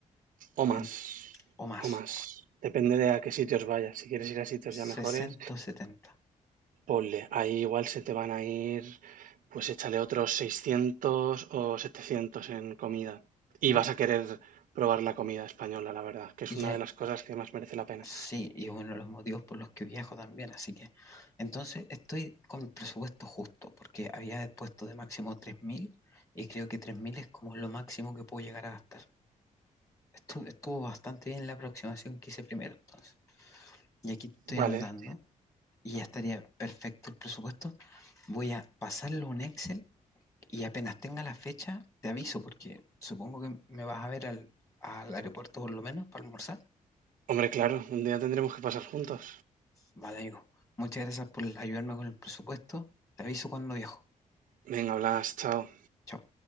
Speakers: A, on the right; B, on the left.
A: O
B: en-
A: más,
B: o más.
A: o más. Depende de a qué sitios vayas. Si quieres ir a sitios ya
B: sesenta
A: mejores.
B: o setenta,
A: Ponle, ahí igual se te van a ir, pues échale otros 600 o 700 en comida.
B: ¿Bueno?
A: Y vas a querer probar la comida española, la verdad, que
B: Y
A: es
B: ya-
A: una de las cosas que más merece la pena.
B: sí, y es uno de los motivos por los que viajo también. Así que, entonces estoy con el presupuesto justo, porque había puesto de máximo 3.000 y creo que 3.000 es como lo máximo que puedo llegar a gastar. Estuvo, estuvo bastante bien la aproximación que hice primero, entonces. Y aquí estoy
A: Vale.
B: anotando.
A: Vale.
B: y ya estaría perfecto el presupuesto. Voy a pasarlo a un Excel y apenas tenga la fecha, te aviso, porque supongo que me vas a ver al, al aeropuerto por lo menos para almorzar.
A: Hombre, claro, un día tendremos que pasar juntos.
B: Vale, amigo. Muchas gracias por ayudarme con el presupuesto. Te aviso cuando viajo.
A: Venga, Blas, chao.
B: Chao.